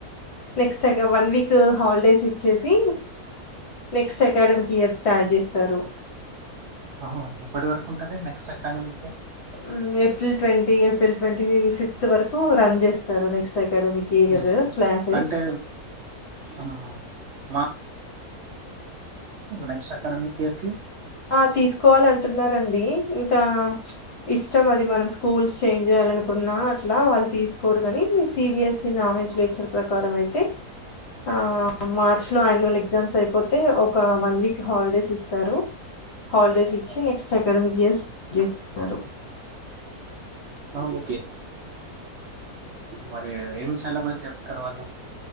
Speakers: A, on the left; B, on the right.
A: నెక్స్ట్ అగా వన్ వీక్ కు హాలిడేస్ ఇచ్చేసి నెక్స్ట్ అకాడమిక్ ఇయర్ స్టార్ట్ చేస్తారు
B: అహో ఎప్పటి వరకు ఉంటది నెక్స్ట్ అకాడమికి
A: మ్మ్ April twenty April twenty fifth వరకు రన్ చేస్తారు నెక్స్ట్ క్స్ట్ అకాడమిక్ ఇయరు
B: హ్మ్.
A: క్లాసెస్
B: అంటే ఆహా ఆ నెక్స్ట్ అకాడమిక్ ఇయర్‌కి?
A: ఆ తీసుకోవాల అంటున్నారండి ఆ ఇష్టం అది మనం స్కూల్స్ చేంజ్ చేయాలనుకున్న అట్లా వాళ్ళు తీసుకోరుగని సి బి ఎస్ నామిటరేచర్ ప్రకారం అయితే ఆ మార్చ్ లో యానవల్ ఎగ్జామ్స్ అయిపోతే ఒక వన్ వీక్ హాలిడేస్ ఇస్తారు హాలిడేస్ ఇచ్చి నెక్స్ట్ అకాడమిక్ ఇయర్స్ గీస్తారు
B: ఆవు మరి ఏం సిలబస్ చెప్తారు వాళ్ళు?